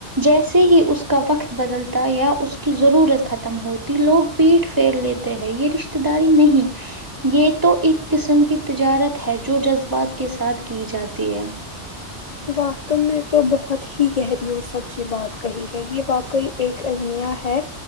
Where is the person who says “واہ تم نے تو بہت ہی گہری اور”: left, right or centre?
Left